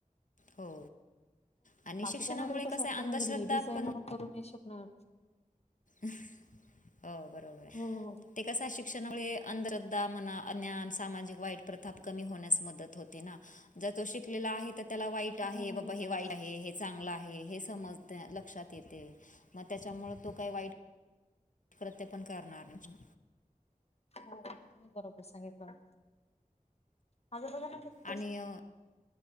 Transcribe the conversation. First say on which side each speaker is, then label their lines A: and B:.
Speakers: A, on the left; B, on the left.
A: हो आणि
B: बाकीच्यांना
A: शिक्षणामुळे
B: ना तरी कसं वाटतं
A: आहे अंधश्रद्धा
B: म्हणजे लेडीजए
A: पण
B: म्हणून करू नै शकणार.
A: ओ बरोबरे
B: हो हो
A: ते कसं शिक्षणामुळे अंधरद्धा म्हणा अन्यान, सामाजिक वाईट प्रथाप कमी होण्यास मदत होते ना. जर तो शिकलेला आहे तर त्याला वाईट
B: हो
A: आहे
B: हो
A: बाबा
B: येत
A: हे
B: आहेच
A: वाईट आहे हे चांगलं आहे हे समजतंय, लक्षात येते म त्याच्यामुळं तो काही वाईट क्रत्य पण करणार नाही.
B: हो तुम्ही बरोबर सांगितलं. माझं बघा ना तुम्ही
A: आणि अ,